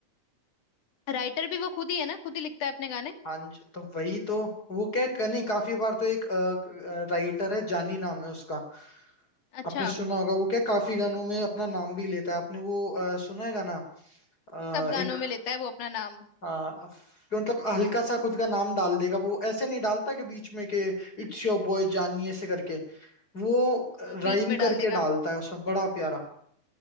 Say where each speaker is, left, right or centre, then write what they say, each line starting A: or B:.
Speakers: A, on the left (about 75°); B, on the left (about 30°).
A: राइटर भी वो खुद ही है ना खुद ही लिखता है अपने गाने
B: हाँ जी, तो वही तो वो क्या क- नहीं काफी बार तो एक राइटर है जानी नाम है उसका
A: अच्छा
B: आपने सुना होगा वो क्या काफी गानों में अपना नाम भी लेता है आपने वो अ, सुना है गाना अ,
A: सब गानों
B: एक
A: में लेता है वो अपना नाम
B: अ, मतलब हल्का सा खुद का नाम डाल देगा वो ऐसे नहीं डालता कि बीच में के इट्स योर बॉय जानी ऐसे करके वो
A: हाँ बीच
B: राइम
A: में डाल
B: करके
A: देगा
B: डालता है उसमें बड़ा प्यारा